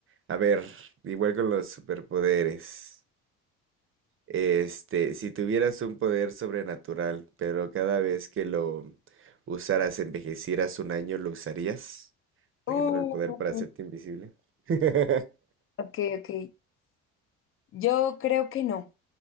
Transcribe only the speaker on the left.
Uh,
ok, ok. Yo creo que no.